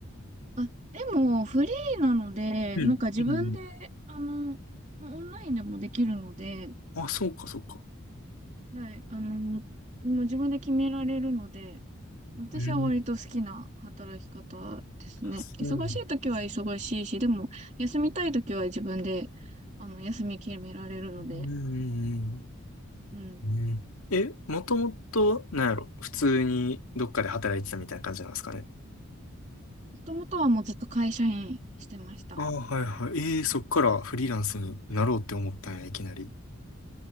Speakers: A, on the right; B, on the left.
A: あ、でも、フリーなので、
B: うん。
A: なんか自分で、
B: うん
A: あの、まあオンラインでもできるので、
B: あ、そうか、そうか。
A: はい、あの、もう自分で決められるので、私は割と好きな働き方ですね。
B: うん、あそう。
A: 忙しい時は忙しいし、でも、休みたい時は自分で、あの、休み決められるので、
B: うん、うん、
A: うん。
B: うん。え、もともと、なんやろ、普通にどっかで働いてたみたいな感じなんですかね。
A: もともとはもうずっと会社員してました。
B: ああ、はいはい。ええそっからフリーランスになろうって思ったんや、いきなり。